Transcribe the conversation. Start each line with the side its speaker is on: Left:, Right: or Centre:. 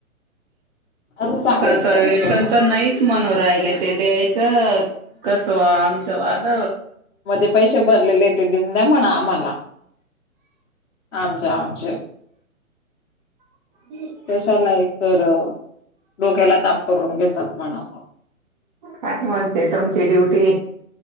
Left: असं सांगायचं
Right: सातव वेतन
Left: त्यांना.
Right: त नाहीच म्हनून राहिल ते द्यायचं. कसं व्हाव आमचं वाल.
Left: म ते पैसे भरलेलेय ते देऊन द्या म्हणा आम्हाला. आमचे आमचे.
Right: <inaudible>
Left: कशाला एक तर डोक्याला ताप करून घेतात म्हना मग.
Right: काय म्हणते तुमची ड्युटी?